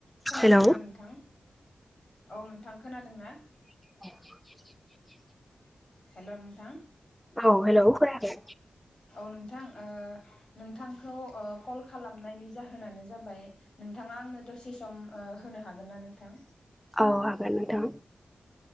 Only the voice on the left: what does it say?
खोनादोंना
नोंथां औ नोंथां खोनाद दोंना।
हेल' नोंथां।
औ नोंथां ‌ओ नोंथांखौ ओ कल खालामनायनि जाहोनानो जाबाय नोंथाङा आंनो दसे सम ओ होन नो हागोन ना नोंथां?